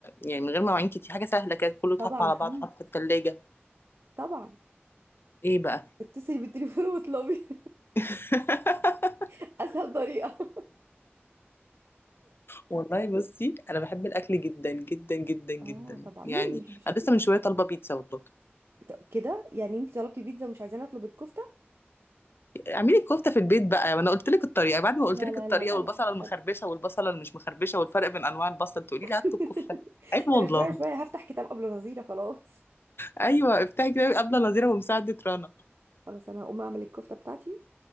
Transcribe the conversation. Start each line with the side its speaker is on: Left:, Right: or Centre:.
Left: يعني من غير مواعين كتير حاجه سهله كده كله اتحط
Right: طبعا
Left: على
Right: في
Left: بعض حط في التلاجة
Right: طبعا
Left: ايه بقى
Right: اتصلي بالتليفون واطلبي
Left: <laughs>
Right: <laughs> اسهل طريقه
Left: والله بصي انا بحب الاكل جدا جدا جدا جدا
Right: اه طبعا
Left: يعني
Right: مين اللي ما بيحبش ال-
Left: انا لسه من شويه طالبه بيتزا والله
Right: طب كده يعني انت طلبتي بيتزا ومش عايزاني اطلب الكفته
Left: اعملي الكفته في البيت بقى وانا قلت لك الطريقه بعد ما قلت
Right: لا
Left: لك
Right: لا
Left: الطريقه
Right: لا لا
Left: والبصله
Right: لا مش
Left: المخربشه
Right: قادره
Left: والبصله اللي مش مخربشه والفرق بين انواع البصل تقولي
Right: <laughs>
Left: لي هطلب كفته عيب والله
Right: ده انا شويه شويه هفتح كتاب قبل نظيره خلاص
Left: ايوه افتحي كده قبل نظيره ومساعده رنا
Right: خلاص انا هقوم اعمل الكفته بتاعتي